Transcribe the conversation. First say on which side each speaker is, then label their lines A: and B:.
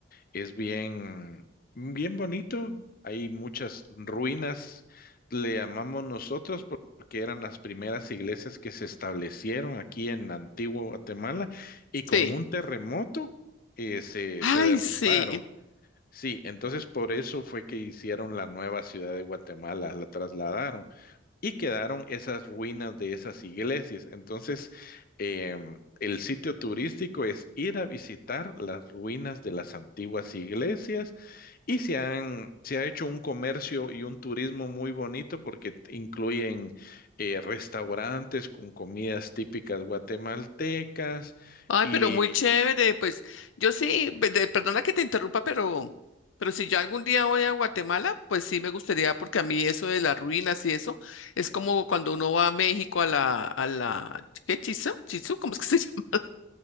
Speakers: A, on the left; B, on the left.
A: Es bien, bien bonito. Hay muchas ruinas, le llamamos nosotros, por- porque eran las primeras iglesias que se establecieron aquí en Antigua Guatemala y con
B: Sí.
A: un terremoto eh, se,
B: Ay,
A: se derrumbaron.
B: sí.
A: Sí, entonces por eso fue que hicieron la nueva ciudad de Guatemala, la trasladaron y quedaron esas ruinas de esas iglesias. Entonces, em, el sitio turístico es ir a visitar las ruinas de las antiguas iglesias y se han, se ha hecho un comercio y un turismo muy bonito porque t- incluyen eh, restaurantes con comidas típicas guatemaltecas
B: Ay,
A: y,
B: pero muy chévere. Pues yo sí, pe- de- perdona que te interrumpa, pero, pero si yo algún día voy a Guatemala, pues sí me gustaría, porque a mí eso de las ruinas y eso, es como cuando uno va a México a la, a la, ¿qué? Chizú, Chizú, ¿cómo es que se <laughs> llama?